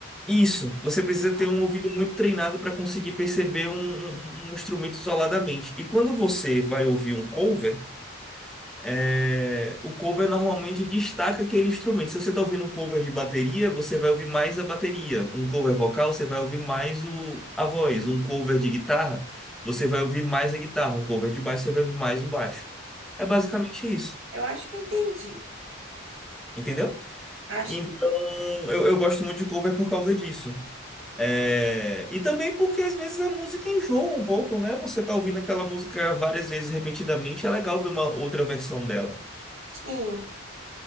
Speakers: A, in the centre; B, on the right.
A: isso, você precisa
B: Tá.
A: ter um ouvido muito treinado para conseguir perceber um, um um instrumento isoladamente. E quando você vai ouvir um cover É, o cover normalmente destaca aquele instrumento. Se você está ouvindo um cover de bateria, você vai ouvir mais a bateria. Um cover vocal, você vai ouvir mais o, a voz. Um cover de guitarra, você vai ouvir mais a guitarra. Um cover de baixo, você vai ouvir mais o baixo. É basicamente isso,
B: Eu acho que eu entendi.
A: entendeu?
B: Acho
A: Então,
B: que
A: eu, eu gosto muito de cover por causa disso. É, e também porque às vezes a música enjoa um pouco, né? Você tá ouvindo aquela música várias vezes repetidamente, é legal ver uma outra versão dela.
B: sim.